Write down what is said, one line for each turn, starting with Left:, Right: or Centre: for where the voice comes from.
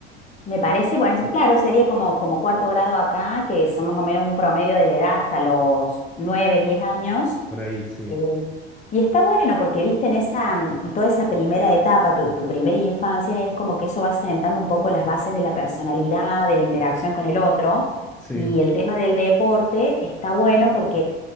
Left: Me parece buenísimo. Claro, sería como, como cuarto grado acá, que son más o menos un promedio de la edad hasta los 9, 10 años.
Centre: por ahí, sí,
Left: Eh, y está bueno porque, viste, en esa, mm, toda esa primera etapa, tu, tu primera infancia, es como que eso va sentando un poco las bases de la personalidad, de la interacción con el otro.
Centre: sí,
Left: Y el tema del deporte está bueno porque